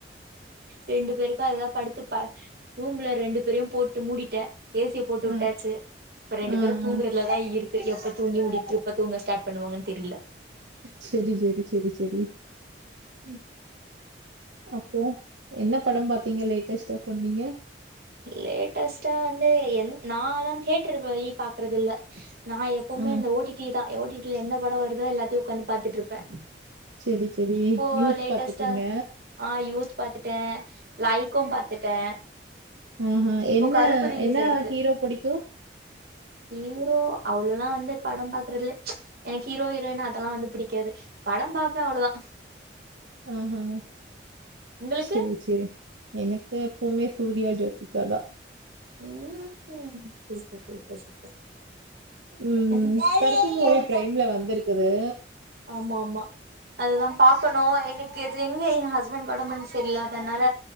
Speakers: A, on the right; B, on the right.
A: ரெண்டு பேருக்கு அததா படுத்து ரூம்ல பா ரெண்டு பேரையு போட்டு மூடிட்டே ஏ சி யபோட்டு வுட்டாச்சு
B: ஆ
A: இப்ப ரெண்டு
B: ஆ
A: பேரு தூங்ரதுலதா
B: ஆ
A: இருக்கு எப்ப தூங்கி முடிப்பு எப்ப தூங்க ஸ்டார்ட் பண்ணுவாங்கனு தெரில
B: சேரி சேரி சேரி சேரி
A: ம்
B: அப்போ என்ன படம் பாத்தீங்க லேட்டஸ்ட்ட சொன்னீங்க
A: லேட்டஸ்ட்டா வந்து என் நாலா தியேட்டர் போய் பாக்குறது இல்ல நா எப்பவுமே
B: ஆ
A: இந்த ஓ டி டிதா ஓ டி டில எந்த படம் வருதோ எல்லாத்தையு உட்காந்து பாத்துட்டு இருப்பே
B: செரி செரி
A: இப்போ
B: யூத்
A: லேட்டஸ்ட்டா
B: பாத்துட்டீங்க
A: ஆ யூத் பாத்துட்டே லைக்கு பாத்துட்டே
B: ம்ஹு
A: இப்போ
B: என்ன
A: கருப்பு ரிலீஸ்
B: என்னா
A: ஆயிருக்கு
B: ஹீரோ பிடிக்கு
A: ஹீரோ அவ்ளல்லா வந்து படம் பாக்குறதுல்ல எனக்கு ஹீரோ ஹீரோயின் அதெல்லா வந்து பிடிக்காது படம் பாபப்பே அவ்வளதா
B: ம்ஹு
A: உங்களுக்கு
B: செரி செரி எனக்கு எப்பவுமே சூர்யா ஜோதிக்காதா
A: ம்ஹு சூப்பர் சூப்பர் சூப்பர்
B: ம்
A: ஒரு
B: கருப்பு மூவி பிரைம்ல வந்திருக்குது
A: ஆமா ஆமா அதுதா பாக்கணு எனக்கு எது எங்க என் ஹஸ்பண்ட்க்கு உடம்புன்னு சரியல அதனால